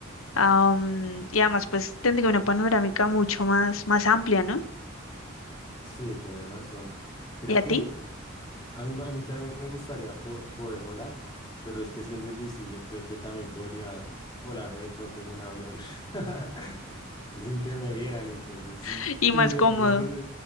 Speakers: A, on the left; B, on the left.
A: am, y además, pues tendría una panorámica mucho más, más amplia, ¿no?
B: Sí, tienes razón. Mira
A: Y a
B: que
A: ti,
B: A mí, a mí también me gustaría po- poder volar, pero es que siendo invisible creo que también podría colarme de pronto en un avión <laughs> sin que me vieran. Entonces,
A: <laughs>
B: sí, <clears throat>
A: y
B: de
A: más cómodo.
B: pronto, sí,